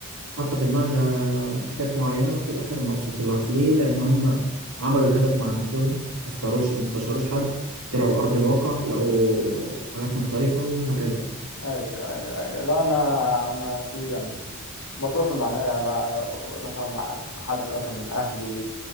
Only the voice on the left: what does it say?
ايوه ايوه ايوه لا انا انا في يعني بتواصل مع نا- يعني ب- بت- مثلا مع حد مثلا من اهلي